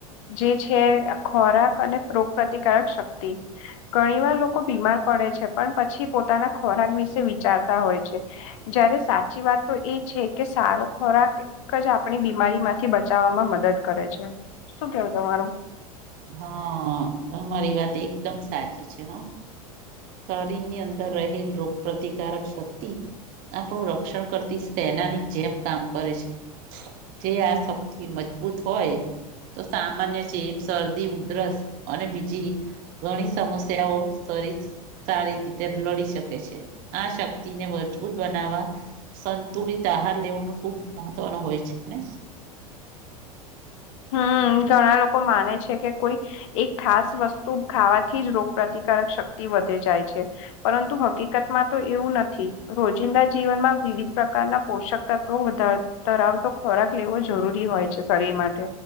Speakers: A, on the left (about 55°); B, on the right (about 45°).
A: જે છે આ ખોરાક અને રોગ પ્રતિકારક શક્ તિ, ઘણી વાર લોકો બીમાર પડે છે, પણ પછી પોતાના ખોરાક વિશે વિ ચારતા હોય છે. જયારે સાચી વાત તો એ છે કે સારો ખોરાક એક જ આપણી બીમારી માંથી બચાવવામાં મદદ કરે છે. શું કેવું તમારું?
B: હા. અમારી વાત એકદમ સાચી છે હા. શરીરની અંદર રહેલ રોગ પ્રતિકારક શક્તિ આપણું રક્ષણ કરતી સેનાની જેમ કામ કરે છે. જે આ શક્તિ મજબૂત હોય, તો સામાન્ય ચેપ્સ શરદી, ઉધરસ, અને બીજી ઘણી સમસ્યાઓ શરીશ સારી રીતે લડી શકે છે. આ શક્તિને મજબૂત બનાવવા સંતુલિત આહાર લેવો પણ ખુબ મહત્વનો હોય છે ને.
A: હમ્મ. ઘણા લોકો માને છે કે કોઈ એક ખાસ વસ્તુ ખાવાથી જ રોગપ્રતિકારક શક્તિ વધે જાય છે. પરંતુ હકીકતમાં તો એવું નથી, રોજિંદા જીવનમાં વિવિધ પ્રકારના પોષક તત્વો વધાર ધરાવતો ખોરાક લેવો જરૂરી હોય છે શરીર માટે.